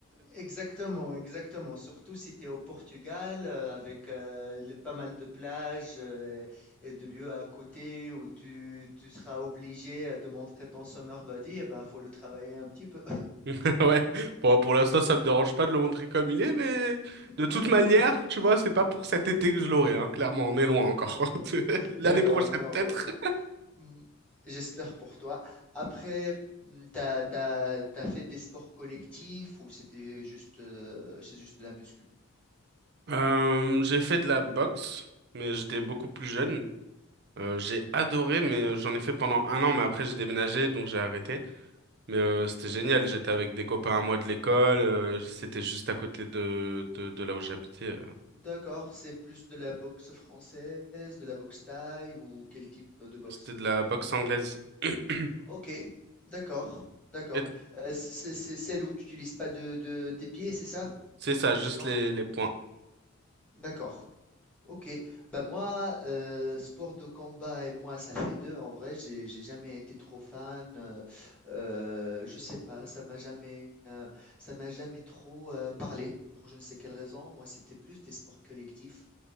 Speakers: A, in the centre; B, on the right.
A: exactement, exactement. Surtout si tu es au Portugal, euh, avec euh, le- pas mal de plages euh, et de lieux à côté où tu, tu seras obligé euh, de montrer ton summer body, eh ben, faut le travailler un petit peu.
B: <laughs> Ouais. Bon, pour l'instant, ça me dérange pas de le montrer comme il est, mais
A: <laughs>
B: de toute manière, tu vois, c'est pas pour cet été que je l'aurai, hein. Clairement, on est loin encore.
A: D'accord,
B: <laughs> L'année
A: d'accord,
B: prochaine
A: non, non,
B: peut-être.
A: bon, Mm, J'espère pour toi. Après, mm, t'as, t'as, t'as fait des sports collectifs ou c'était juste, euh, c'est juste de la muscu?
B: Euh, j'ai fait de la boxe, mais j'étais beaucoup plus jeune. Euh,
A: Mhm.
B: j'ai adoré, mais euh, j'en ai fait pendant un an, mais après j'ai déménagé, donc j'ai arrêté. Mais euh, c'était génial, j'étais avec des copains à moi de l'école, euh, c'était juste à côté de, de, de là où j'habitais. euh.
A: D'accord, c'est plus de la boxe française, de la boxe thaï ou quel type de boxe?
B: C'était de la boxe anglaise. <clears throat>
A: Ok, d'accord, d'accord.
B: Et
A: Euh, c'est c'est- c'est celle où tu n'utilises pas de, de tes pieds, c'est ça?
B: C'est ça, juste
A: Tes jambes?
B: les, les points.
A: D'accord. OK. Bah moi, heu, sport de combat et moi, ça fait 2. En vrai, j'ai j'ai jamais été trop fan, heu heu, je sais pas, ça m'a jamais, heu, ça m'a jamais trop, heu, parlé pour je ne sais quelle raison. Moi, c'était plus des sports collectifs.